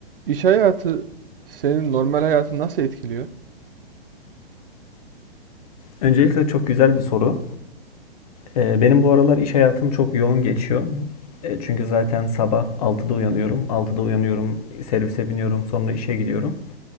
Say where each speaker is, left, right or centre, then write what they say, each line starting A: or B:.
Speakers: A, on the right; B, on the left.
A: İş hayatı senin normal hayatını nasıl etkiliyor?
B: Öncelikle çok güzel bir soru. Ee, benim bu aralar iş hayatım çok yoğun geçiyor. E, çünkü zaten sabah altıda uyanıyorum. altıda uyanıyorum, servise biniyorum, sonra işe gidiyorum.